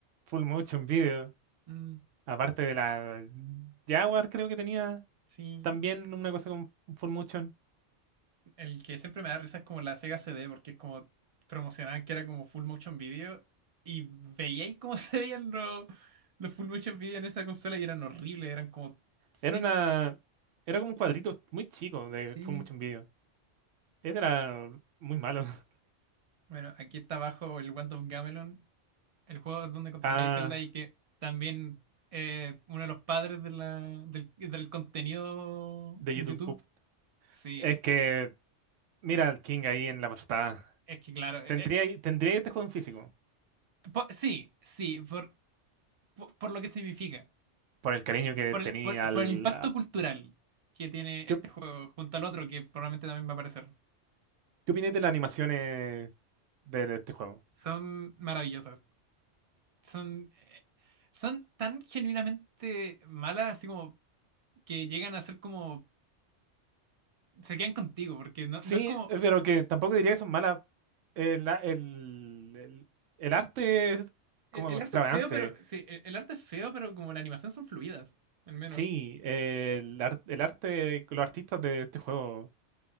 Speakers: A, on the right; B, on the right.
A: full motion video,
B: Mm.
A: aparte de la Jaguar creo que tenía.
B: Sí,
A: también una cosa con Full Motion.
B: el que siempre me da risa es como la Sega CD, porque es como promocionaban que era como full motion video y veíais cómo <laughs> se veían los, los full motion video en esa consola y eran horribles, eran como cinco.
A: Era una. Era como un cuadrito muy chico de
B: Sí,
A: Full Motion Video. Ese era muy malo. <laughs>
B: Bueno, aquí está abajo el Wand of Gamelon, el juego donde controláis
A: Ah,
B: Zelda y que también eh, uno de los padres de la, del, del contenido
A: de
B: en
A: YouTube
B: YouTube.
A: Poop.
B: Sí,
A: Es que, mira al King ahí en la portada.
B: es que claro, eh,
A: Tendría,
B: eh,
A: tendría este juego en físico.
B: po- sí, sí, por, por, por lo que significa.
A: Por el cariño que
B: por
A: tenía
B: el, por,
A: al.
B: por el impacto
A: a-
B: cultural que tiene
A: ¿Qué,
B: este
A: op-
B: juego junto al otro que probablemente también va a aparecer.
A: qué opináis de las animaciones de este juego?
B: Son maravillosas. Son, eh, son tan genuinamente malas, así como que llegan a ser como... Se quedan contigo, porque no,
A: Sí,
B: no es como...
A: eh, pero que tampoco diría que son malas. El, el, el, el arte es como
B: El, el
A: extravagante.
B: arte es feo, pero... Sí, el, el arte es feo, pero como la animación son fluidas, al menos.
A: Sí, eh, el, ar- el arte, los artistas de este juego.